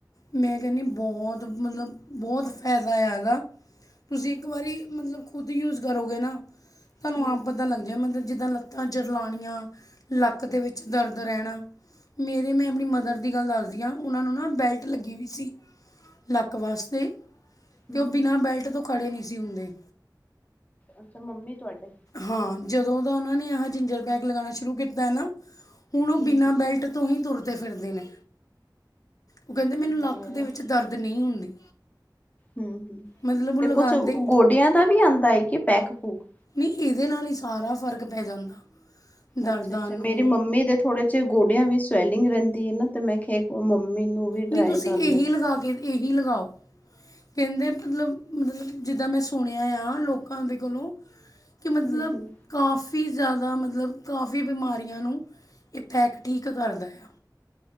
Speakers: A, on the left; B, on the left.
A: ਮੈਂ ਕਹਿੰਦੀ ਬਹੁਤ ਮਤਲਬ, ਬਹੁਤ ਫਾਇਦਾ ਹੈਗਾ। ਤੁਸੀਂ ਇੱਕ ਵਾਰੀ ਮਤਲਬ ਖੁਦ ਯੂਜ ਕਰੋਗੇ ਨਾ
B: ਹਮ
A: ਤੁਹਾਨੂੰ ਆਪ
B: ਹਮ
A: ਪਤਾ ਲੱਗ ਜਾਏ ਮਤਲਬ ਜਿੱਦਾਂ ਲੱਤਾਂ ਜਰਲਾਉਣੀਆਂ। ਲੱਕ ਦੇ ਵਿੱਚ ਦਰਦ ਰਹਿਣਾ, ਮੇਰੇ ਮੈਂ ਆਪਣੀ ਮਦਰ ਦੀ ਗੱਲ ਦੱਸਦੀ ਹਾਂ। ਉਹਨਾਂ ਨੂੰ ਨਾ ਬੈਲਟ ਲੱਗੀ ਹੋਈ ਸੀ, ਲੱਕ ਵਾਸਤੇ ਤੇ
B: ਹਮ
A: ਉਹ
B: ਹਮ
A: ਬਿਨਾਂ ਬੈਲਟ ਤੋਂ ਖੜੇ ਨਹੀਂ ਸੀ ਹੁੰਦੇ।
B: ਅੱਛਾ ਮੰਮੀ ਤੁਹਾਡੇ
A: ਹਾਂ ਜਦੋਂ ਦਾ ਉਹਨਾਂ ਨੇ ਆਹ ਜਿੰਜਰ ਪੈਕ ਲਗਾਉਣਾ ਸ਼ੁਰੂ ਕੀਤਾ ਹੈ ਨਾ, ਹੁਣ ਉਹ
B: ਹਮ
A: ਬਿਨਾਂ ਬੈਲਟ ਤੋਂ ਹੀ ਤੁਰਦੇ-ਫਿਰਦੇ ਨੇ। ਉਹ ਕਹਿੰਦੇ ਮੈਨੂੰ ਲੱਕ
B: ਵਾਹ ਯਾਰ
A: ਦੇ ਵਿੱਚ ਦਰਦ ਨਹੀਂ ਹੁੰਦੀ
B: ਹਮ ਹਮ
A: ਮਤਲਬ ਉਹ
B: ਤੇ
A: ਲਗਾਉਂਦੇ
B: ਕੁਛ ਗੋਡਿਆਂ ਦਾ ਵੀ ਆਉਂਦਾ ਹੈ ਕਿ ਪੈਕ ਪੂਕ
A: ਨਹੀਂ ਇਹਦੇ ਨਾਲ ਹੀ ਸਾਰਾ ਫ਼ਰਕ ਪੈ ਜਾਂਦਾ ਦਰਦਾਂ
B: ਅੱਛਾ ਅੱਛਾ
A: ਨੂੰ
B: ਮੇਰੀ ਮੰਮੀ ਦੇ ਥੋੜ੍ਹੇ ਚਿਰ ਗੋਡਿਆਂ ਵੀ ਸਵੈਲਿੰਗ ਰਹਿੰਦੀ ਹੈ ਨਾ ਤੇ ਮੈਂ ਕਿਹਾ ਮੰਮੀ ਨੂੰ ਵੀ ਟਰਾਈ
A: ਨਹੀਂ ਤੁਸੀਂ
B: ਕਰ
A: ਇਹੀ
B: ਲੈ
A: ਲਗਾ ਕੇ ਇਹੀ ਲਗਾਓ। ਕਹਿੰਦੇ ਮਤਲਬ ਮਤਲਬ ਜਿੱਦਾਂ ਮੈਂ ਸੁਣਿਆ ਆ ਲੋਕਾਂ ਦੇ ਕੋਲੋਂ ਕਿ ਮਤਲਬ
B: ਹਮ ਹਮ
A: ਕਾਫੀ ਜ਼ਿਆਦਾ ਮਤਲਬ ਕਾਫੀ ਬਿਮਾਰੀਆਂ ਨੂੰ, ਇਹ ਪੈਕ ਠੀਕ ਕਰਦਾ ਆ।